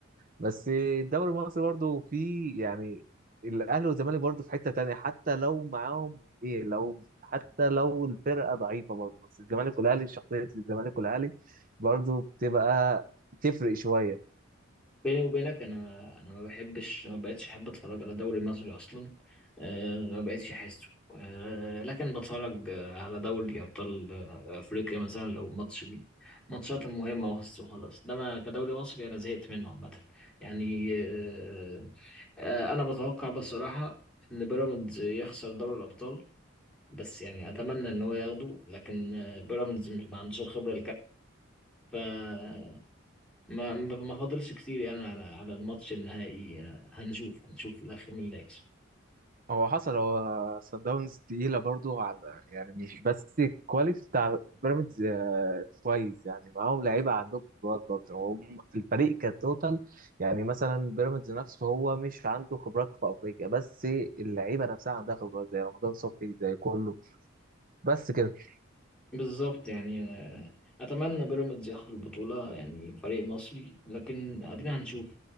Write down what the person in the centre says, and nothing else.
بيني وبينك انا انا ما بحبش ما بقتش احب اتفرج على دوري مصري اصلا أه ما بقتش احسه أه لكن بتفرج آه، على دوري ابطال آه، افريقيا مثلا لو ماتش من- ماتشات المهمه وخلاص وخلاص انما كدوري مصري انا زهقت منه عامه يعني أه آه، انا بتوقع بصراحه ان بيراميدز يخسر دوري الابطال بس يعني اتمنى ان هو ياخده لكن آه، بيراميدز ما عندوش الخبره الكافيه ما ما ما فاضلش كتير يعني على على الماتش النهائي آه، هنشوف هنشوف في الاخر مين اللي هيكسب
بالظبط يعني آه، اتمنى بيراميدز ياخد البطوله يعني فريق مصري لكن ادينا هنشوف